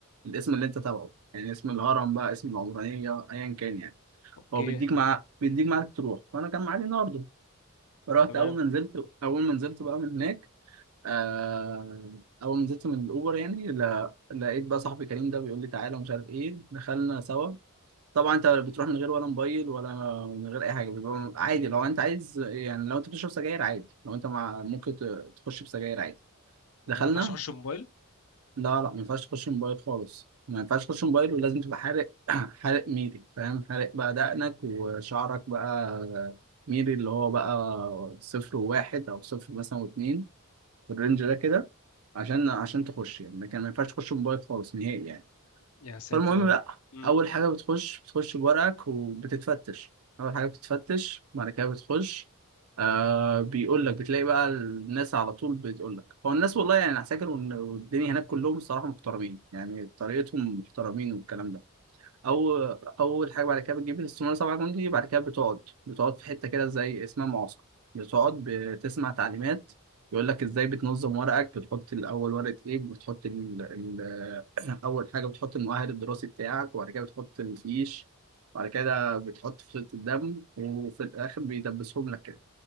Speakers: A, on the right (about 75°); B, on the left (about 75°).
A: الاسم اللي انت تبعه يعني اسم الهرم بقى اسم العمرانيه ايا كان يعني
B: اوكي
A: هو بيديك مع بيديك معاك تروح فانا كان معايا النهارده فرحت
B: تمام
A: اول ما نزلت اول ما نزلت بقى من هناك آه، اول ما نزلت من الاوبر يعني لا- لقيت بقى صاحبي كريم ده بيقول لي تعالى ومش عارف ايه دخلنا سوا طبعا انت بتروح من غير ولا موبايل ولا من غير اي حاجه بيبقى عادي لو انت عايز يعني لو انت بتشرب سجاير عادي لو انت مع ممكن ت- تخش بسجاير عادي
B: ده
A: دخلنا
B: ما ينفعش اخش موبايل
A: لا لا ما ينفعش تخش موبايل خالص ما ينفعش تخش موبايل ولازم تبقى حارق <clears throat> حارق ميري فاهم حارق بقى دقنك وشعرك بقى ميري اللي هو بقى صفر وواحد او صفر مثلا واتنين في الرينج ده كده عشان عشان تخش يعني ما كان ما ينفعش تخش موبايل خالص نهائي يعني
B: يا ساتر
A: فالمهم
B: يا رب
A: بقى
B: امم
A: اول حاجه بتخش بتخش بورقك وبتتفتش اول حاجه بتتفتش بعد كده بتخش آه بيقول لك بتلاقي بقى الناس على طول بتقول لك هو الناس والله يعني انا فاكر والدنيا هناك كلهم الصراحه محترمين يعني طريقتهم محترمين والكلام ده او اول حاجه بعد كده بتجيب الاستماره سبعة جندي بعد كده بتقعد بتقعد في حته كده زي اسمها معسكر بتقعد بتسمع تعليمات يقول لك ازاي بتنظم ورقك بتحط الاول ورقه ايه بتحط ال... ال... <clears throat> اول حاجه بتحط المؤهل الدراسي بتاعك وبعد كده بتحط الفيش وبعد كده بتحط فصيله الدم وفي الاخر بيدبسهم لك كده